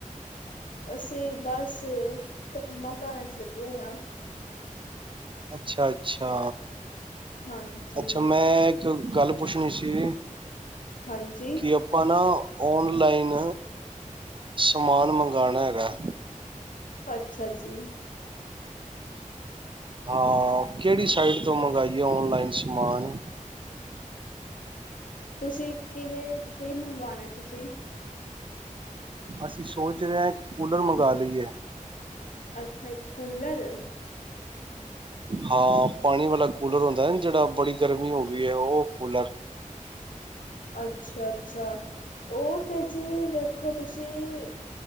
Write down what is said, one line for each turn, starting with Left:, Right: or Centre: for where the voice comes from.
Left: ਅਸੀਂ ਬਸ ਕੰਮਾ ਕਾਰਾਂ ਚ ਲੱਗੇ ਹੋਏ ਹਾ।
Right: ਅੱਛਾ-ਅੱਛਾ,
Left: ਹਾਂਜੀ
Right: ਅੱਛਾ ਮੈਂ, ਤੇ ਉਹ ਗੱਲ ਪੁੱਛਣੀ ਸੀ।
Left: ਹਾਂਜੀ।
Right: ਕਿ ਆਪਾਂ ਨਾ ਔਨਲਾਈਨ ਸਮਾਨ ਮੰਗਾਣਾ ਹੈਗਾ।
Left: ਅੱਛਾ ਜੀ।
Right: ਹਾਂ ਕਿਹੜੀ ਸਾਈਟ ਤੋਂ ਮੰਗਾਈਏ ਓਨਲਾਈਨ ਸਮਾਨ?
Left: ਤੁਸੀਂ ਕਿਵੇਂ, ਕੀ ਮੰਗਵਾਉਣਾ ਤੁਸੀਂ?
Right: ਅਸੀਂ ਸੋਚ ਰਹੇ ਹਾਂ ਇੱਕ ਕੂਲਰ ਮੰਗਵਾ ਲਈਏ।
Left: ਅੱਛਾ ਇੱਕ ਕੂਲਰ
Right: ਹਾਂ ਪਾਣੀ ਵਾਲਾ ਕੂਲਰ ਹੁੰਦਾ ਜਿਹੜਾ, ਬੜੀ ਗਰਮੀ ਹੋ ਗਈ ਐ ਉਹ ਕੂਲਰ
Left: ਅੱਛਾ-ਅੱਛਾ ਉਹ ਤੇ ਜੀ ਵੇਖੋ ਤੁਸੀਂ